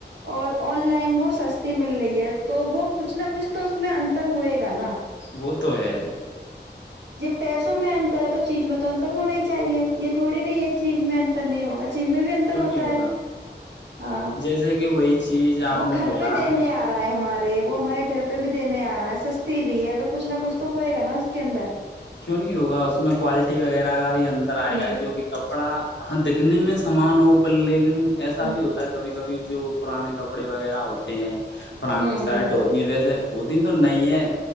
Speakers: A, on the right; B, on the left.
A: اور آن لائن وہ سستی مل رہی ہے تو وہ کچھ نہ کچھ تو اس میں انتر ہوئے گا نا
B: وہ تو ہے
A: جب پیسوں میں انتر ہے تو چیز میں تو انتر ہونا ہی چاہیے یہ تھوڑی نہیں یہ چیز میں انتر نہیں ہوگا چیز میں بھی انتر
B: کیوں
A: ہوتا
B: نہیں ہوگا
A: ہے ہاں
B: جیسے کہ وہی چیز آپ
A: وہ
B: نے
A: گھر
B: بولا
A: پہ دینے آ رہا ہے ہمارے ارے وہ ہمارے گھر پہ بھی دینے آ رہا ہے سستی بھی ہے تو کچھ نہ کچھ تو ہوئے گا نا اس کے اندر
B: کیوں نہیں ہوگا اس میں کوالٹی وغیرہ کا بھی انتر آئے
A: ہوں
B: گا جو کہ کب پڑا ہاں دیکھنے میں سامان ہو پر لیکن ایسا
A: ہ
B: بھی ہوتا ہے کبھی کبھی جو پرانے کپڑے وغیرہ ہوتے ہیں پرانی
A: ہ
B: سائٹ
A: ہ
B: ہوتی ہے ویسے وہ دن تو نہیں ہے